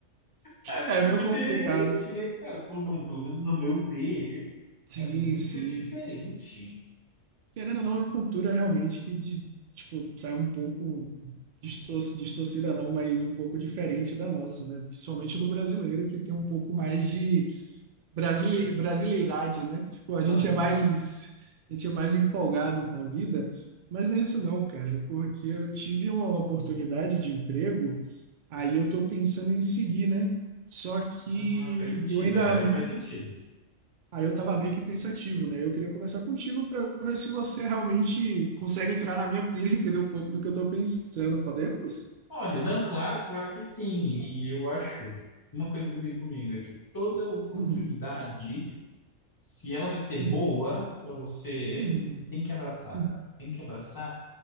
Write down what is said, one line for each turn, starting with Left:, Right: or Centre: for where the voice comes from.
Left: É muito
Right: É meio
Left: diferente,
Right: complicado.
Left: né, cara? Pelo- Bom, pelo menos no meu ver,
Right: Sim,
Left: é muito
Right: sim.
Left: diferente.
Right: querendo ou não, é uma cultura realmente que de, tipo, sai um pouco distor distorcida não, mas um pouco diferente da nossa, né? Principalmente do brasileiro, que tem um pouco mais de brasile brasileiridade, né? Tipo, a
Left: Aham,
Right: gente é mais, a gente é mais empolgado com a vida, mas não é isso não, cara, porque eu tive uma oportunidade de emprego, aí eu tô pensando em seguir, né? Só que
Left: Ah, faz sentido,
Right: eu ainda
Left: é, aí faz sentido.
Right: Aí eu estava meio que pensativo, né? Eu queria conversar contigo para ver se você realmente consegue entrar na minha pilha e entender um pouco do que eu estou pensando. Podemos?
Left: Olha, não, claro, claro que sim, e eu acho, uma coisa que eu tenho comigo é que toda oportunidade,
Right: Uhum,
Left: se ela vai ser
Right: uhum,
Left: boa pra você,
Right: uhum,
Left: tem que abraçar,
Right: uhum,
Left: cara, tem que abraçar